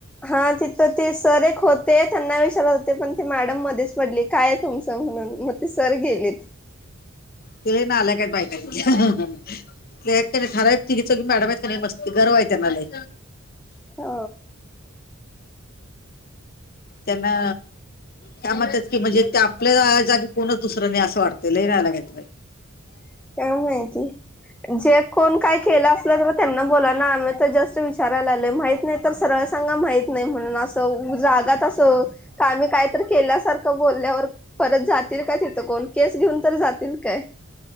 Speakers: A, in the centre; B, on the left.
A: हा तिथं ते सर एक होते त्यांना विशार होते पण ते मॅडम मध्ये पडली काय तुमच म्हणून मग ते सर गेली
B: तिला ना आल्याय काय बाय ठरााव ति चौ मॅडम आहे मस्ती गरव म
A: हो
B: त्यांना त्या म्हणतात की म्हणजे ते आपल्या जागी कोणच दुसरं नाही असं वाटतय लयनायलागच
A: काम आहेय ती जे कोण काय केलं असलं तर त्यांना बोला ना आम् तर जस्ट विचारायला आलो माहित नाही तर सरळ सांगा माहित म्हणगात असम काय तर केल्यासार बल्यावर परत जात का तिथं कोण केस घेऊन तर जातील काय